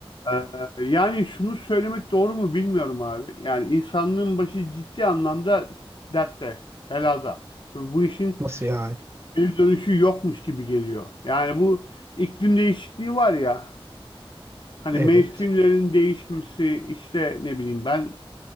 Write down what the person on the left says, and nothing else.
Ee, yani şunu söylemek doğru mu bilmiyorum abi. Yani insanlığın başı ciddi anlamda dertte, belada. Ve Bu işin
bir dönüşü yokmuş gibi geliyor. Yani bu iklim değişikliği var ya, hani
mevsimlerin değişmesi, işte ne bileyim ben